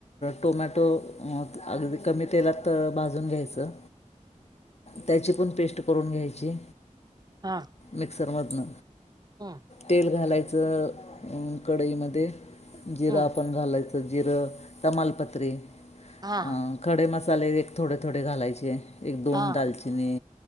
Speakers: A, on the left; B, on the right.
A: टोमॅटो अगदी कमी तेलात भाजून घ्यायचं. त्याची पण पेस्ट करून घ्यायची.
B: हा
A: मिक्सर मधन
B: हं,
A: तेल घालायचं. त्या कढईमध्ये जिरा
B: हं,
A: आपण घालायच. जीर तमाल पत्र
B: हा
A: अ खडे मसाला साले एक थोडे थोडे घालायचे एक दोन
B: हा
A: दालचिनी